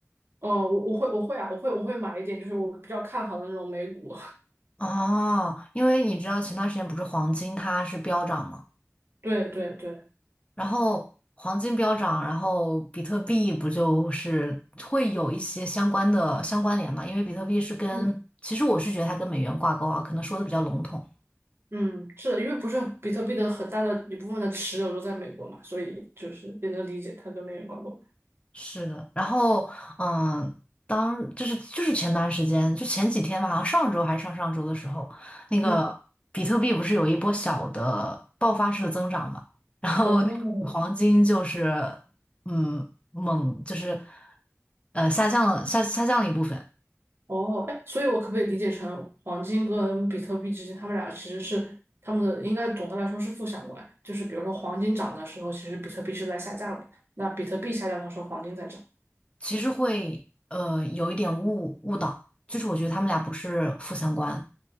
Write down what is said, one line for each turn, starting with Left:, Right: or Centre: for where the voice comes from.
Right: 哦，我我会我会啊，我会我会买一点，就是我比较看好的那种美股。
Left: 哦，因为你知道前段时间不是黄金它是飙涨吗？
Right: <laughs> 对对对，
Left: 然后黄金飙涨，然后比特币不就是会有一些相关的相关联嘛？因为比特币是跟，
Right: 嗯。
Left: 其实我是觉得它跟美元挂钩啊，可能说的比较笼统。
Right: 嗯，是的，因为不是比特币的很大的一部分的持有都在美国嘛，所以就是也能理解它跟美元挂钩。
Left: 是的，然后嗯，当就是就是前段时间，就前几天吧，好像上周还是上上周的时候，那个比特币不是有一波小的爆发式的增长嘛？
Right: 嗯，
Left: 然后黄金就是嗯猛就是
Right: 哦，
Left: 呃下降了下下降了一部分。
Right: 哦，哎，所以我可不可以理解成黄金跟比特币之间，他们俩其实是他们的应该总的来说是负相关，就是比如说黄金涨的时候，其实比特币是在下降的，那比特币下降的时候，黄金在涨。
Left: 其实会呃有一点误误导，就是我觉得他们俩不是负相关，